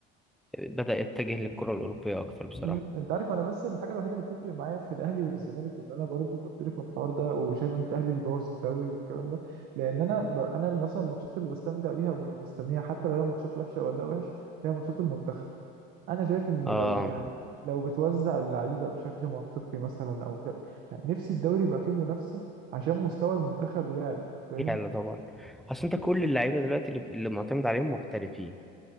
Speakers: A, in the centre; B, on the right.
A: بدأ يتجه للكره الاوروبيه اكتر بصراحه
B: أمم، انت عارف انا بس الحاجة الوحيدة اللي بتفرق معايا في الاهلي والزمالك وان انا برضه بتقرف من الحوار ده وشايف ان الاهلي بيبوظ الدوري والكلام ده لان انا ب... انا مثلا الماتشات اللي بستمتع بيها وببقى مستنيها حتى لو هي ماتشات وحشة واداء وحش هي ماتشات المنتخب انا شايف ان
A: اه
B: لو يعني لو بتوزع اللعيبة بشكل منطقي مثلا او ش... يعني نفسي الدوري يبقى فيه منافسة عشان مستوى المنتخب يعلى فاهم
A: يلا طبعا اصل انت كل اللعيبه دلوقتي اللي اللي معتمد عليهم محترفين